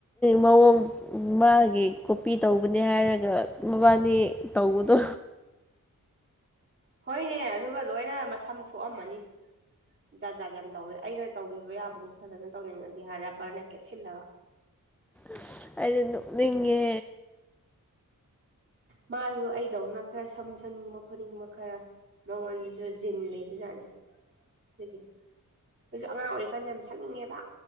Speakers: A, in the centre; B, on the right (about 40°).
A: ꯃꯑꯣꯡ ꯃꯥꯒꯤ ꯀꯣꯄꯤ ꯇꯧꯕꯅꯦ ꯍꯥꯏꯔꯒ ꯃꯕꯥꯅꯤ ꯇꯧꯕꯗꯣ
B: ꯍꯣꯏꯅꯦ ꯑꯗꯨꯒ ꯂꯣꯏꯅ ꯃꯁꯝ ꯁꯣꯛꯑꯝꯃꯅꯤ ꯖꯥꯠ ꯖꯥꯠ ꯌꯥꯝ ꯇꯧꯋꯦ ꯑꯩꯅ ꯇꯧꯕꯤꯕ ꯌꯥꯕꯗꯨ ꯐꯖꯅ ꯇꯧꯅꯤꯡꯉꯗꯤ ꯍꯥꯏ ꯔꯕꯔꯅ ꯀꯦꯠꯁꯤꯜꯂꯒ
A: ꯑꯁ ꯑꯩꯗꯤ ꯅꯤꯛꯅꯤꯡꯉꯦ
B: ꯃꯥꯁꯨ ꯑꯩꯗꯧꯅ ꯈꯔ ꯁꯝ ꯁꯟꯅꯤꯡꯕ ꯈꯣꯠꯅꯤꯡꯕ ꯈꯔ ꯃꯉꯣꯟꯗꯁꯨ ꯖꯤꯟ ꯂꯩꯕꯖꯥꯠꯅꯤ ꯑꯗꯨꯒꯤꯅꯦ ꯑꯩꯁꯨ ꯑꯉꯥꯡ ꯑꯣꯏꯔꯤꯀꯥꯟꯗ ꯌꯥꯝ ꯁꯛꯅꯤꯡꯉꯦꯕ